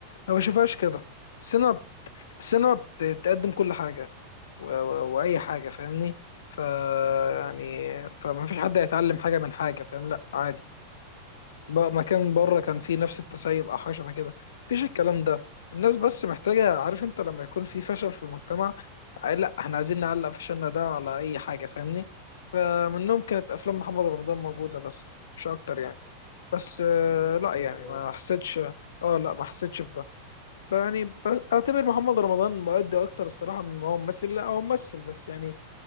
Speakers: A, on the left; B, on the left.
A: ما بشوفهاش كده السينما السينما بتقدم كل حاجة و... و... واي حاجة فاهمني ف
B: فاهمك
A: يعني فما فيش حد هيتعلم حاجة من حاجة فاهم لا عادي بقى مكان بره كان فيه نفس التسيب او حاجه شبه كده مفيش الكلام ده الناس بس محتاجه عارف انت لما يكون في فشل في المجتمع آه، لا احنا عايزين نعلق فشلنا ده على اي حاجه فاهمني فمنهم كانت افلام محمد رمضان موجوده بس مش اكتر يعني بس آه،
B: بالظبط
A: لا
B: ده
A: يعني
B: اللي بقوله
A: ما حسيتش اه لا ما حسيتش بده يعني ب- اعتبر محمد رمضان مؤدي اكتر الصراحه من ما هو ممثل لا هو ممثل بس يعني